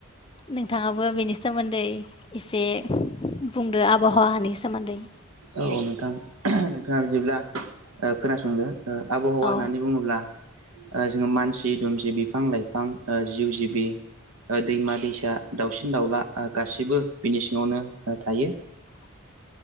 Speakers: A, on the left; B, on the right.
A: नोंथाङाबो बेनि सोमोन्दै एसे बुंदो आबहावानि सोमोन्दै।
B: औ नोंथां नोंथाङा बिदिब्ला खोनासंदो आबहावा
A: औ
B: होननानै बुङोब्ला जोङो मानसि दुमसि बिफां लाइफां जिउ जिबि दैमा दैसा दाउसिन दाउला गासिबो बिनि सिङावनो थायो।
A: <inaudible>